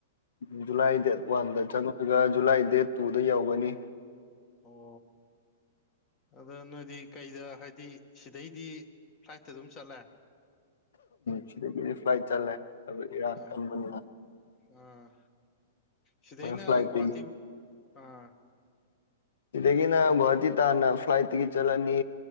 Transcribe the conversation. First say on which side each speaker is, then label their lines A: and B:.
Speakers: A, on the left; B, on the left.
A: ꯎꯝ ꯖꯨꯂꯥꯏ ꯗꯦꯠ ꯋꯥꯟꯗ ꯆꯪꯉꯒ ꯖꯨꯂꯥꯏ ꯗꯦꯠ ꯇꯨꯗ ꯌꯧꯒꯅꯤ
B: ꯑꯣ ꯑꯗ ꯅꯣꯏꯗꯤ ꯀꯩꯗ ꯍꯥꯏꯗꯤ ꯁꯤꯗꯩꯗꯤ ꯐ꯭ꯂꯥꯏꯠꯇ ꯑꯗꯨꯝ ꯆꯠꯂꯦ
A: ꯁꯤꯗꯒꯤꯗꯤ ꯐ꯭ꯂꯥꯏꯠ ꯆꯠꯂꯦ ꯑꯗꯨꯒ ꯏꯔꯥꯡ
B: ꯑꯥ
A: ꯀꯟꯕꯅꯤꯅ
B: ꯑꯥ ꯁꯤꯗꯩꯅ
A: ꯐ꯭ꯂꯥꯏꯠꯇꯒꯤ
B: ꯒꯨꯍꯥꯇꯤꯕꯨ ꯑꯥ
A: ꯁꯤꯗꯒꯤꯅ ꯒꯨꯍꯥꯇꯤ ꯇꯥꯟꯅ ꯐ꯭ꯂꯥꯏꯠꯇꯒꯤ ꯆꯠꯂꯅꯤ